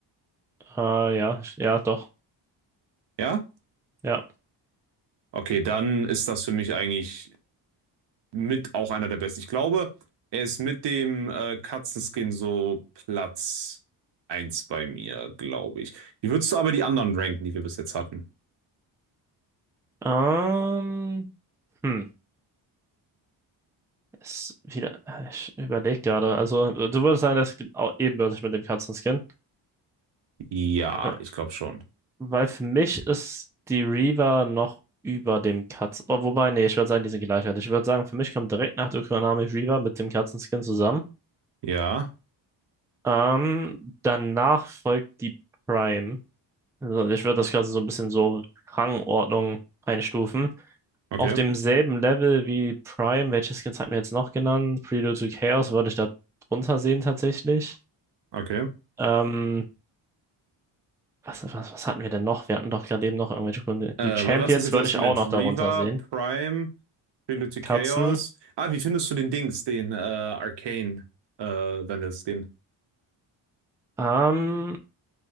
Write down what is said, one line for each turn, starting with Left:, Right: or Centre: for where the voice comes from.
Centre: Ah, ja, ja, doch.
Right: Ja?
Centre: Ja.
Right: Okay, dann ist das für mich eigentlich mit auch einer der besten. Ich glaube, er ist mit dem äh, Katzenskin so Platz eins bei mir, glaube ich. Wie würdest du aber die anderen ranken, die wir bis jetzt hatten?
Centre: Ähm, hm, ist wieder, äh, ich überlege gerade. Also, du würdest sagen, das geht auch ebenbürtig mit dem Katzenskin.
Right: Ja,
Centre: Äh,
Right: ich glaube schon.
Centre: Weil für mich ist die Reaver noch über dem Katzen. Oh, wobei, nee, ich würde sagen, die sind gleichwertig. Ich würde sagen, für mich kommt direkt nach der Kuranami Reaver mit dem Katzenskin zusammen.
Right: Ja,
Centre: Ähm, danach folgt die Prime. Also, ich würde das quasi so ein bisschen so Rangordnung einstufen.
Right: okay,
Centre: auf demselben Level wie Prime, welche Skins hatten wir jetzt noch genannt? Prelude to Chaos würde ich da drunter sehen tatsächlich.
Right: okay.
Centre: Ähm, was, was, was hatten wir denn noch? Wir hatten doch gerade eben noch irgendwelche Gründe.
Right: Äh,
Centre: Die Champions
Right: wa- was ist jetzt
Centre: würde
Right: alles
Centre: ich
Right: gelernt?
Centre: auch noch
Right: Reaver,
Centre: darunter sehen.
Right: Prime, Prelude to Chaos.
Centre: Katzen.
Right: Ah, wie findest du den Dings, den äh, Arcane äh, Vandal Skin?
Centre: Ähm,